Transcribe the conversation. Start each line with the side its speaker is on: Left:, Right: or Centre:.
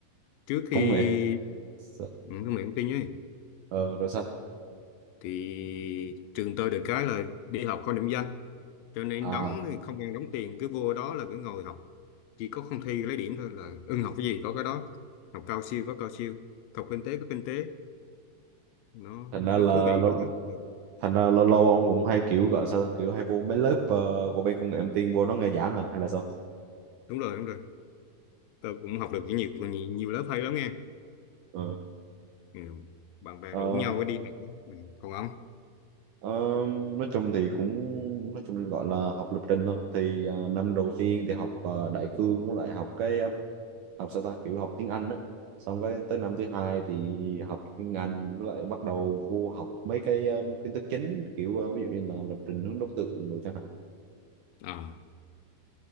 Left: trước khi
Right: công nghệ S-
Left: ừ, công nghệ thông tin ấy
Right: ờ, rồi sao
Left: thì trường tôi được cái là đi học không điểm danh cho nên
Right: à
Left: đóng thì không cần đóng tiền cứ vô đó là cứ ngồi học chỉ có không thi lấy điểm thôi là ưng học cái gì có cái đó học cao siêu có cao siêu học kinh tế có kinh tế nó
Right: thành ra
Left: nó
Right: là
Left: thú vị
Right: lâu
Left: cái đó. Ừ.
Right: thành ra lâu lâu ông cũng hay kiểu gọi sao ta? kiểu hay vô mấy lớp ờ, của bên công nghệ thông tin vô nó nghe giảng à hay là sao
Left: đúng rồi đúng rồi tôi cũng học được nhiều nhiều, nhiều lớp hay lắm nghe
Right: ừ.
Left: ừ. bạn bè
Right: Ờ,
Left: rủ nhau đi học ừ. còn ông
Right: ờ, nói chung thì cũng nói chung gọi là học lập trình thôi thì ờ, năm đầu tiên thì học ờ, đại cương với lại học cái ờ, học sao ta kiểu học tiếng Anh á xong cái tới năm thứ hai thì học chuyên ngành với lại bắt đầu vô học mấy cái um, kiến thức chính kiểu uh, ví dụ như là lập trình hướng đốc tượng đồ chẳng hạn
Left: à,